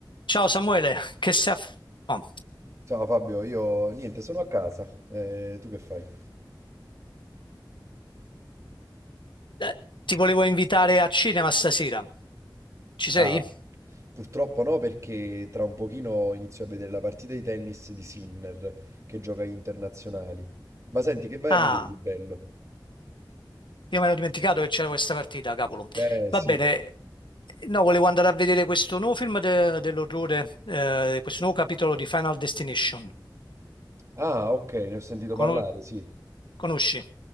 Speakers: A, on the left; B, on the right.
A: Ciao Samuele, che sei a... f- oh,
B: Ciao Fabio, io niente, sono a casa. Eh, tu che fai?
A: eh, ti volevo invitare a cinema stasera. Ci sei?
B: Ah, Purtroppo no, perché tra un pochino inizio a vedere la partita di tennis di Sinner che gioca agli internazionali. Ma senti, che vai
A: Ah,
B: a vedere di bello?
A: io mi ero dimenticato che c'era questa partita, cavolo.
B: Eh
A: Va
B: sì.
A: bene. No, volevo andare a vedere questo nuovo film de- dell'orrore, eh, questo nuovo capitolo di Final Destination.
B: Ah, ok, ne ho sentito
A: Cono-
B: parlare, sì.
A: conosci?